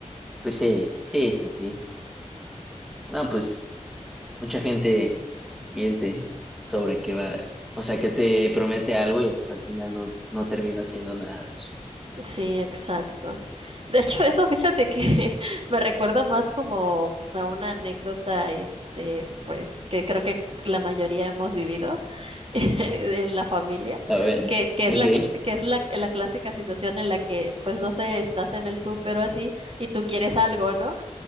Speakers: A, in the centre; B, on the right (about 50°).
A: Pues sí, sí, sí, sí. No, pues mucha gente miente sobre qué va. O sea, que te promete algo y pues al final no, no termina haciendo nada de eso.
B: Sí, exacto. De hecho, eso fíjate que <laughs> me recuerda más como a una anécdota, este, pues, que creo que la mayoría hemos vivido <laughs> en la familia,
A: A ver.
B: que, que es
A: Ok.
B: la, cl- que es la, la clásica situación en la que, pues, no sé, estás en el súper o así y tú quieres algo, ¿no?